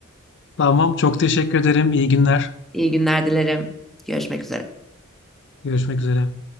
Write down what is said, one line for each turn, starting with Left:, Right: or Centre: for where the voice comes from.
Left: Tamam. Çok teşekkür ederim. İyi günler.
Centre: İyi günler dilerim. Görüşmek üzere.
Left: Görüşmek üzere.